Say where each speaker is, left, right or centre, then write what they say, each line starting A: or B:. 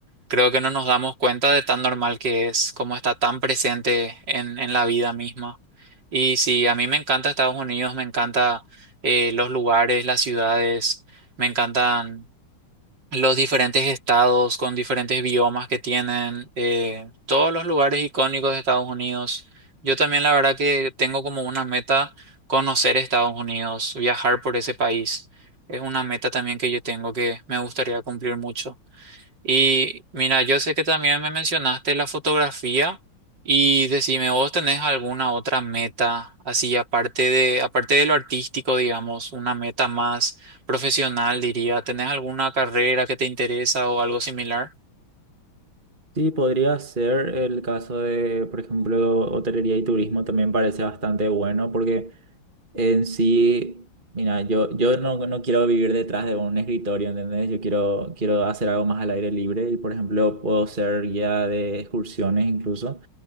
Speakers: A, on the right; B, on the right.
A: creo que no nos damos cuenta de tan normal que es, como está tan presente en, en la vida misma. Y sí, a mí me encanta Estados Unidos, me encanta eh, los lugares, las ciudades, me encantan los diferentes estados con diferentes biomas que tienen, eh, todos los lugares icónicos de Estados Unidos. Yo también la verdad que tengo como una meta conocer Estados Unidos, viajar por ese país. Es una meta también que yo tengo que me gustaría cumplir mucho. Y mira, yo sé que también me mencionaste la fotografía y decime, ¿vos tenés alguna otra meta así aparte de aparte de lo artístico, digamos, una meta más profesional, diría? ¿Tenés alguna carrera que te interesa o algo similar?
B: Sí, podría ser el caso de, por ejemplo, hotelería y turismo también parece bastante bueno porque en sí, mira, yo, yo no, no quiero vivir detrás de un escritorio, ¿entendés? Yo quiero, quiero hacer algo más al aire libre y, por ejemplo, puedo ser guía de excursiones incluso.